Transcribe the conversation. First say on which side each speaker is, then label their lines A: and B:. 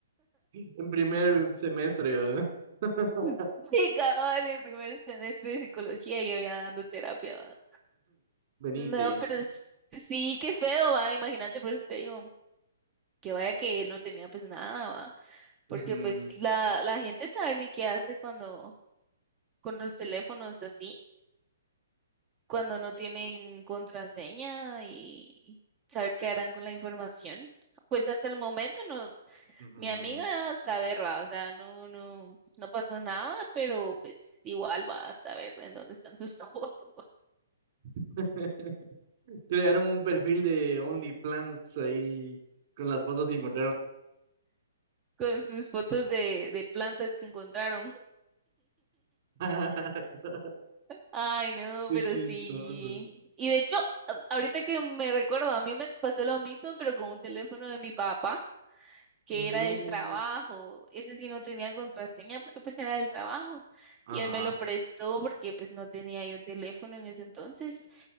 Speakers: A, on the right; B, on the right.
A: En primer semestre. ¿verdad? <laughs>
B: <laughs> Y cabal, en primer semestre de psicología, yo ya dando terapia.
A: Venite.
B: No, pero s- sí, qué feo, va, imagínate, por eso te digo, que vaya que él no tenía pues nada, va, porque
A: ujú,
B: pues la, la gente sabe ni qué hace cuando, con los teléfonos así, cuando no tienen contraseña y saber qué harán con la información. Pues hasta el momento no,
A: ujú.
B: mi amiga sabe, va, o sea, no, no, no pasó nada, pero pues igual va a saber en dónde están sus <laughs> fotos,
A: <laughs> Crearon un perfil de OnlyPlants ahí con las fotos que encontraron.
B: con sus fotos de, de plantas que encontraron.
A: <laughs>
B: Ay, no,
A: Qué
B: pero
A: chistoso.
B: sí. Y de hecho, a- ahorita que me recuerdo, a mí me pasó lo mismo, pero con un teléfono de mi papá, que
A: No.
B: era del trabajo. Ese sí no tenía contraseña porque pues era del trabajo.
A: Ajá.
B: Y él me lo prestó porque pues no tenía yo teléfono en ese entonces.